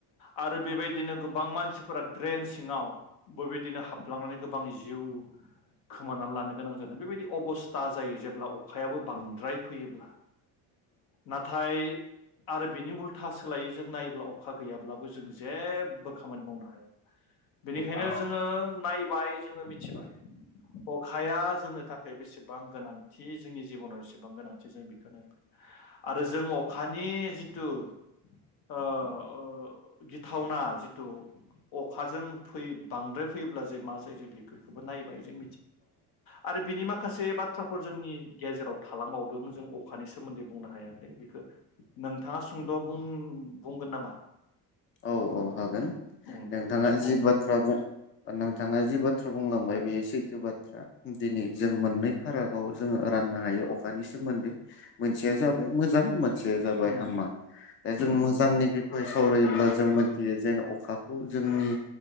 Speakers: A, on the left; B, on the left.
A: आरो बेबायदिनो गोबां मानसिफोरा ड्रेन सिङाव बेबायदिनो हाबलांनानै गोबां जिउ खोमानानै लानो गोनां जादों बेबायदि अबस्था जायो जेब्ला अखायाबो बांद्राय
B: औ
A: फैयोब्ला नाथाय आरो बिनि उल्था सोलायैजों नायोब्ला अखा गैयाब्लाबो जों जेबो खामानि मावनो हाया बेनिखायनो
B: औ
A: जोङो नायबाय जोङो मिथिबाय अखाया जोंनो थाख थाखाय बेसेबां गोनांथि जोंनि जिबनाव जेसेबां गोनांथि जों बे खोनबाय आरो जों अखानि जि जिथु गिथावना ओ ओ जिथु अखाजों बांद्राय फैयोब्ला जे मा जायो जों बेखौबो नायबाय जों आरो बिनि माखासे बाथ थ्राफोर जोंनि गेजेराव थालांबावदों जों अखानि सोमोन्दै बुंनो हायाखै बेखौ नोंथाङा सुंद' बुं-बुंगोन नामा?
B: औ औ हागोन
A: बुं दे
B: नोंथाङा
A: बे समाव
B: जि बाथ्रा बुं नोंथाङा जि बा बाथ्रा बुंलांबाय बेयो सैथो बाथ्रा दिनै जों मोननै फारागआव जोङो राननो हायो अखानि सोमोन्दै मोनसेया
A: उम
B: जाबाय मोजां मोनसेया जाबाय
A: उम
B: हामा दा जों
A: उम
B: मोजांनि
A: उम
B: बिखय सावरायो। जों मिथियो जेन अखाखौ जोंनि